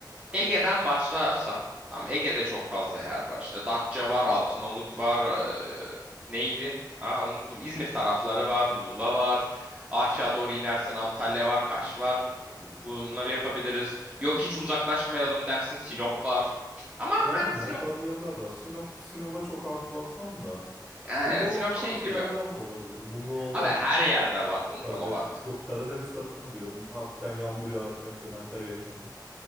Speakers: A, on the right (about 15°); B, in the centre.
A: Ege'den başlarsan, tam Ege'de çok fazla yer var. İşte Datça var, Altınoluk var, eee, neydi? Ha unuttum. İzmir tarafları var, Muğla var. Aşağı doğru inersin Antalya var, Kaş var. Bunları yapabiliriz. Yok hiç uzaklaşmayalım dersin Sinop var. Ama
B: Yani
A: hani Sinop,
B: o tarz yerler de var. Sinop, Sinop'a çok artı basmam da.
A: yani
B: Bungalov
A: Sinop
B: tarzı
A: şey gibi.
B: yerler de olabilir. Bungalovlar
A: Abi her
B: da güzel.
A: yerde var bungalov
B: Karadeniz,
A: artık.
B: yok Karadeniz tarafını diyorum. Hafiften yağmur yağarken sedanter yaşamda.